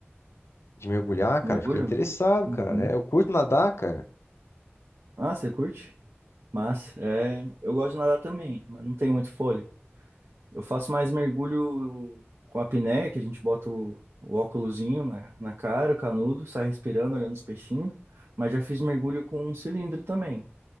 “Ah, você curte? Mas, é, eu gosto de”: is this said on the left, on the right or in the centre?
Right